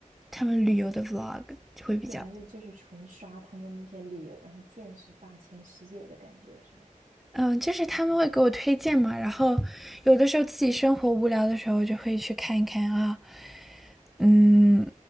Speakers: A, in the centre; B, on the right.
A: 他们旅游的 vlog 会比较。
B: 就还是就是纯刷他们那些旅游，然后见识大千世界的感觉是吧？
A: 嗯，就是他们会给我推荐嘛，然后有的时候自己生活无聊的时候，就会去看一看啊，嗯，